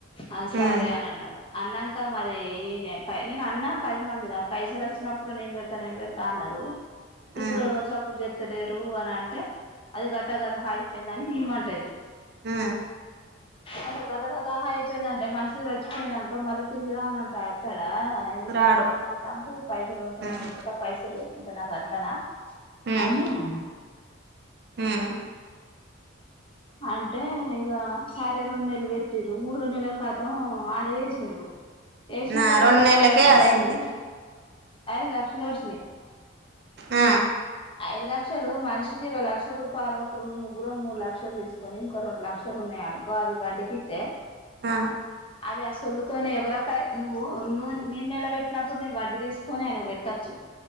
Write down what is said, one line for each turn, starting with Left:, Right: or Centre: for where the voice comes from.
Left: ఆ సరే
Right: ఉమ్
Left: అన్నారు అన్నాంక మరి నేను అన్న పది మందిలా పైసలు వచ్చినప్పుడు నేను పెడుత నేను పెడతా అన్నారు ఇప్పుడు
Right: ఉమ్
Left: ఎవరు సప్పుడు చెత్తలేరు అని అంటే, అది గత గతహా అయిపోయింద అని ఇమంటది.
Right: ఉమ్
Left: అంటే గత గతహా అయిపోయిందంటే మనిషి చచ్చిపోయినాక మళ్ళా తిరిగిరా అని అంటా అత్తాడా, ఎందుకు
Right: రాడు
Left: అట్లా మాట్లాడుతా పైసలు ఉంటాను
Right: ఉమ్
Left: అవి. పైసలు లేకుంటున్నా గట్లనా
Right: ఉమ్
Left: అన్నిన
Right: ఉమ్
Left: అంటే ఇక సరే రెండు నెలలు పెట్టిర్రు మూడు నెల క్రితం ఆడ వేసిన్రు వేసిన
Right: ఆ
Left: తర్వాత
Right: రెండు నెలలకే
Left: పైసలు ఆడుంది
Right: అదయింది
Left: ఐదు లక్షలు ఓడ్సినయి
Right: ఉ
Left: ఐదు లక్షలు మనిషికి ఇరో లక్ష రూపాయలు ఇప్పుడు ముగ్గురం మూడు లక్షలు లు తీసుకొని ఇంకో రెండు లక్షలు ఉన్నాయి అనుకో అవి వడ్డికిత్తే
Right: ఆ
Left: అవి ఆ సొల్లుతోనే ఎవరక నువ్వు ను నే నిలబెట్టినప్పుడు, నువు వడ్డీ తీసుకొని ఆయన పెట్టొచ్చు.